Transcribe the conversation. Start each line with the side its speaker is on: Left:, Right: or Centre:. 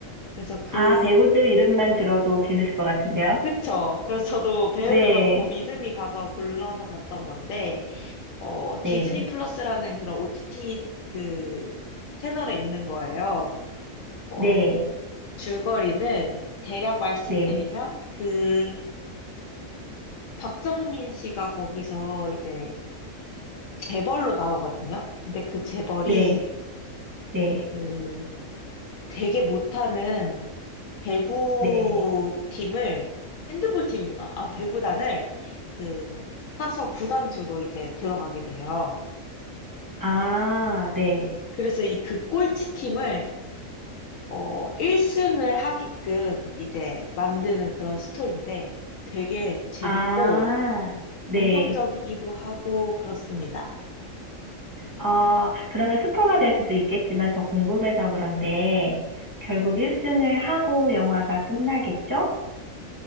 Left: 그래서 그
Right: 아, 배우들 이름만 들어도 재밌을 것 같은데요?
Left: 그쵸. 그래서 저도 배우들만
Right: 네,
Left: 보고 믿음이 가서 골라서 봤던 건데 어
Right: 네,
Left: 디즈니 플러스라는 그런 OTT 그 채널에 있는 거예요. 어
Right: 네.
Left: 줄거리는 대략 말씀드리면
Right: 네,
Left: 그 박정민 씨가 거기서 이제 재벌로 나오거든요. 근데 그 재벌이
Right: 네, 네,
Left: 그 되게 못하는 배구
Right: 네,
Left: 팀을 핸드볼 팀인가? 아,
Right: 네.
Left: 배구단을 그 사서 구단주로 이제 들어가게 돼요.
Right: 아, 네.
Left: 그래서 이 그 꼴찌 팀을 어 1승을 하게끔 이제 만드는 그런 스토리인데 되게 재밌고
Right: 아, 네.
Left: 감동적이기도 하고 그렇습니다.
Right: 어, 그러면 스포가 될 수도 있겠지만 저 궁금해서 그런데 결국 1승을 하고 영화가 끝나겠죠?